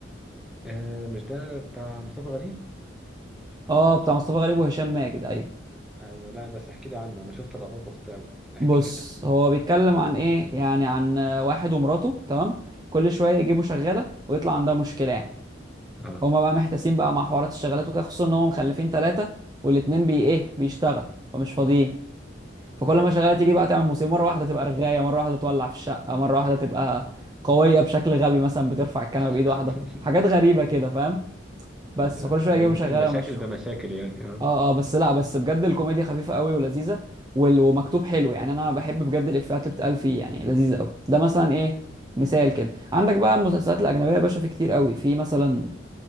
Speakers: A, in the centre; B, on the right (about 20°).
A: آه مش ده بتاع مصطفى غريب
B: اه بتاع مصطفى غريب وهشام ماجد ايوه
A: ايوه لا بس احكي لي عنه انا شفت لقطات بسيطه قوي احكي
B: بص
A: كده
B: هو بيتكلم عن ايه يعني عن آه، واحد ومراته تمام كل شويه يجيبوا شغاله ويطلع عندها مشكله يعني
A: اه
B: هما بقى محتاسين بقى مع حوارات الشغالات وكده خصوصا ان هما مخلفين ثلاثه والاتنين بي ايه بيشتغل فمش فاضيين فكل
A: ايوه
B: ما شغاله تيجي بقى تعمل مصيبه مره واحده تبقى رغايه مره واحده تولع في الشقه مره واحده تبقى قويه بشكل غبي مثلا بترفع الكنبه بايد
A: <laughs>
B: واحده حاجات غريبه كده فاهم بس
A: ده
B: فكل شويه
A: بم-
B: يجيبوا شغاله
A: مشاكل
B: ويمشوا
A: بمشاكل يعني اه
B: اه اه بس لا بس بجد الكوميديا خفيفه قوي ولذيذه وال- ومكتوب حلو يعني انا بحب بجد الافيهات اللي بتقال فيه يعني لذيذه قوي ده مثلا ايه مثال كده عندك بقى المسلسلات الاجنبيه يا باشا في كتير قوي في مثلا